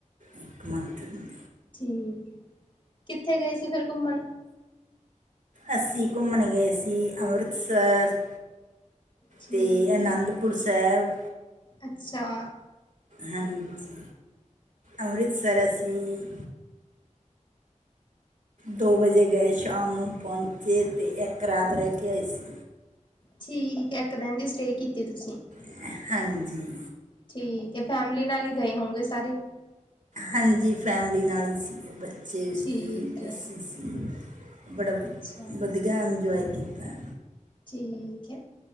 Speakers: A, on the right; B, on the left.
A: ਇੱਕ ਮੰਥ ਹੁੰਦੀ।
B: ਠੀਕ ਹੈ, ਕਿੱਥੇ ਗਏ ਸੀ ਫੇਰ ਘੁੰਮਣ।
A: ਅਸੀ ਘੁੰਮਨ ਗਏ ਸੀ, ਅੰਮ੍ਰਿਤਸਰ
B: ਠੀਕ
A: ਤੇ ਆਨੰਦਪੁਰ
B: ਹੈ।
A: ਸੈਹਬ।
B: ਅੱਛਾ।
A: ਹਾਂਜੀ, ਅੰਮ੍ਰਿਤਸਰ ਅਸੀਂ ਦੋ ਵਜੇ ਗਏ ਸ਼ਾਮ ਨੂੰ, ਪਹੁੰਚੇ ਤੇ ਇੱਕ ਰਾਤ ਰਹਿ ਕੇ ਆਏ ਸੀ
B: ਠੀਕ ਐ, ਇੱਕ ਦਿਨ ਦੀ ਸਟੇਅ ਕੀਤੀ ਤੁਸੀਂ।
A: ਅ ਹਾਂਜੀ।
B: ਠੀਕ ਐ, ਫੈਮਿਲੀ ਨਾਲ ਹੀ ਗਏ ਹੋੋਂਗੇ ਸਾਰੇ।
A: ਹਾਂਜੀ ਫੈਮਿਲੀ ਨਾਲ ਹੀ ਸੀਗੇ ਬੱ ਚੇ ਸੀ
B: ਠੀਕ ਹੈ
A: ਅਸੀ ਸੀ ਬੜਾ
B: ਅੱਛਾ
A: ਵਧੀਅ ਇੰਜੋਏ ਕੀਤੈ।
B: ਠੀਕੈ,